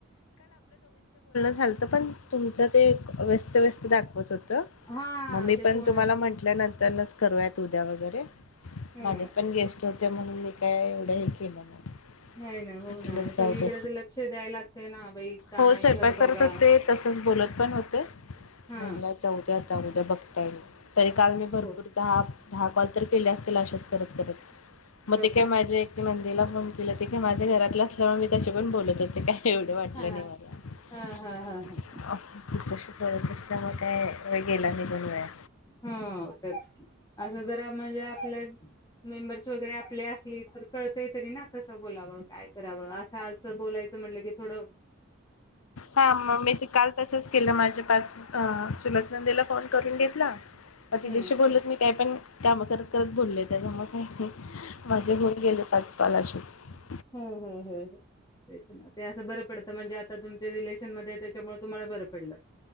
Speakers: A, on the left; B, on the left.
A: चालतं पण तुमचं ते व्यस्त व्यस्त दाखवत होतं
B: हा
A: मममी
B: ते
A: पण
B: फोनच
A: तुम्हाला म्हटल्यानंतरच करूयात उद्या वगैरे
B: ह
A: माझ्या पण गेस्ट ते म्हणून मी काय एवढंही केलं नाही
B: नाही ना हो
A: म्हटलं
B: ना
A: जाऊ
B: सगळीकडेच
A: दे
B: लक्ष द्याय लागत ते ना बाई काय
A: हो स्वयंपाक
B: घर
A: करत
B: बघा
A: होते. तसच बोलत पण होते.
B: हा
A: म्हणलं जाऊ द्या आताद्या बघ ता येईल. तरी काल मी भरपूर
B: हो
A: दहा दहा कॉल तर केले असतील, अशेच करत करत मग
B: हो
A: ते
B: का
A: काय माझे नंदेला फोन केला ते काय माझे घरातलं असल्यामुळे मी कशीपण बोलत होते, काय एवढे <unintelligible>
B: हा हा हा हा हा
A: व गेला नाही बनूया.
B: हो तेच की असं जरा म्हणजे, आपल्या मेंबर्स वगैरे आपले असली तर कळतंय, तरी ना कसं बोलावं काय करावं, असं असं बोलायचं म्हटलं कि थोडं चं
A: हा म मी ते काल तसंच केलं, माझ्या पास अ चुलत नंदीला काॅल करून घेतला.
B: हम्म
A: म तिच्याशी बोलत मी काय पण काम करत करत बोललय, त्याच्यामुळे हा हा माझे होऊन गेले पाच पालाशु <unintelligible>
B: हम् हम् हम् तेच ना, ते असं बरं पडतं म्हणजे आता तुमच्या रिलेशन मध्ये त्याच्यामुळे तुम्हाला बरं पडलं.